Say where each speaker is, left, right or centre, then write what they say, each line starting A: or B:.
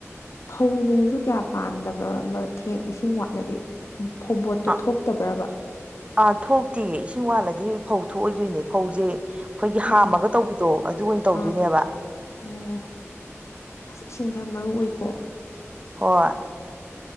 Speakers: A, on the left; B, on the right.
A: ꯐꯧ ꯅꯨꯡꯁꯨ ꯀꯌꯥ ꯄꯥꯟꯗꯕ꯭ꯔꯥꯕ ꯊꯦꯡ ꯏꯁꯤꯡ ꯋꯥꯠꯂꯗꯤ ꯐꯧꯕꯣꯠꯇꯣ
B: ꯑ
A: ꯊꯣꯛꯇꯕ꯭ꯔꯕ
B: ꯑꯥ ꯊꯣꯛꯇꯦ ꯏꯁꯤꯡ ꯋꯥꯠꯂꯗꯤ ꯐꯧ ꯊꯣꯛꯑꯣꯏꯗꯣꯏꯅꯦ ꯐꯧꯁꯦ ꯑꯩꯈꯣꯏꯒꯤ
A: ꯑꯥ
B: ꯍꯥꯝꯃꯒ ꯇꯧꯕꯤꯗꯣ ꯑꯗꯨ ꯑꯣꯏꯅ ꯇꯧꯗꯣꯏꯅꯦꯕ
A: ꯑꯥ ꯑꯥ ꯑꯣ ꯑꯁ ꯏꯁꯤꯡꯁꯦ ꯌꯥꯝ ꯃꯔꯨ ꯑꯣꯏꯀꯣ
B: ꯍꯣꯏ